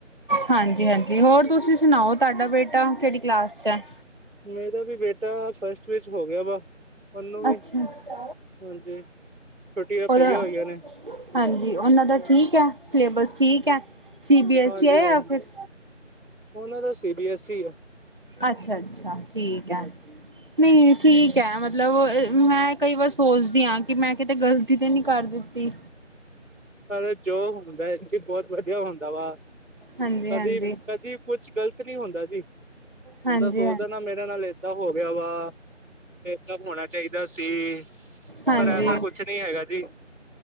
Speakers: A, on the right; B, on the right.
A: ਹਾਂਜੀ-ਹਾਂਜੀ। ਹੋਰ ਤੁਸੀਂ ਸੁਣਾਓ? ਤੁਹਾਡਾ ਬੇਟਾ ਕਿਹੜੀ ਕਲਾਸ ਚ ਹੈ?
B: ਮੇਰਾ ਵੀ, ਬੇਟਾ ਫਸਟ ਵਿੱਚ ਹੋ ਗਿਆ ਵਾ। ਉਹਨੂੰ ਵੀ,
A: ਅੱਛਾ
B: ਹਾਂਜੀ ਛੁੱਟੀਆਂ
A: ਉਹਦਾ
B: ਪਈਆਂ ਹੋਈਆਂ ਨੇ।
A: ਹਾਂਜੀ ਉਹਨਾਂ ਦਾ, ਠੀਕ ਹੈ, ਸਿਲੇਬਸ ਠੀਕ ਹੈ? ਸੀ ਬੀ ਐੱਸ
B: ਹਾਂਜੀ-
A: ਈ ਹੈ
B: ਹਾਂਜੀ,
A: ਜਾਂ ਫਿਰ
B: ਉਹਨਾਂ ਦਾ ਸੀ- ਬੀ -ਐੱਸ -ਈ, ਆ।
A: ਅੱਛਾ- ਅੱਛਾ ਠੀਕ ਹੈ,
B: ਹਾਂਜੀ
A: ਨਹੀਂ, ਠੀਕ ਹੈ, ਮਤਲਬ ਮੈਂ ਕੀ, ਵਾਰ ਸੋਚਦੀ ਹਾਂ, ਕਿ ਮੈਂ ਕਿਤੇ ਗਲਤੀ ਤੇ ਨਹੀਂ ਕਰ ਦਿੱਤੀ।
B: ਪਰ, ਜੋ ਹੁੰਦਾ, ਬਹੁਤ ਵਧੀਆ ਹੁੰਦਾ ਵਾ।
A: ਹਾਂਜੀ
B: ਕਦੀ,
A: ਹਾਂਜੀ
B: ਕਦੀ ਕੁਛ ਗ਼ਲਤ ਨਹੀਂ‌‌ ਹੁੰਦਾ ਜੀ।
A: ਹਾਂਜੀ
B: ਬੰਦਾ, ਸੋਚਦਾ
A: ਹਾਂਜੀ
B: ਨਾ, ਮੇਰੇ ਨਾਲ ਏਦਾਂ ਹੋ ਗਿਆ ਵਾ। ਤਾਂ ਹੋਣਾ ਚਾਹੀਦਾ ਸੀ,
A: ਹਾਂਜੀ
B: ਪਰ ਐਸਾ ਕੁਛ ਨਹੀਂ ਹੈਗਾ ਜੀ।